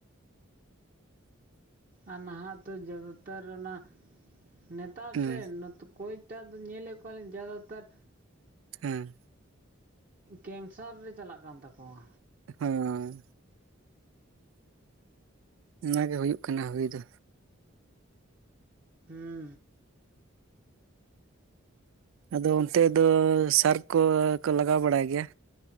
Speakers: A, on the right; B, on the right.
A: ᱟᱨ ᱱᱟᱦᱟᱜ ᱛᱚ ᱡᱟᱫᱟᱛᱟᱨ ᱚᱱᱟ ᱱᱮᱛᱟᱨ
B: ᱦᱩᱸ
A: ᱥᱮ ᱱᱚᱛ ᱠᱚᱭ ᱛᱟᱨ ᱫᱚ ᱧᱮᱞᱮᱫ ᱠᱚᱣᱟᱞᱤᱧ ᱡᱟᱫᱟ ᱛᱟᱨ
B: ᱦᱮᱸ
A: ᱠᱮᱱᱥᱟᱨ ᱨᱮ ᱪᱟᱞᱟᱜ ᱠᱟᱱ ᱛᱟᱠᱚᱣᱟ
B: ᱦᱮᱸ ᱚᱱᱟᱜᱮ ᱦᱩᱭᱩᱜ ᱠᱟᱱᱟ ᱦᱩᱭ ᱫᱚ
A: ᱦᱮᱸ
B: ᱟᱫᱚ ᱚᱱᱛᱮ ᱫᱚ ᱥᱟᱨᱠᱚ ᱠᱚᱠᱚ ᱞᱟᱜᱟᱣ ᱵᱟᱲᱟᱭ ᱜᱮᱭᱟ?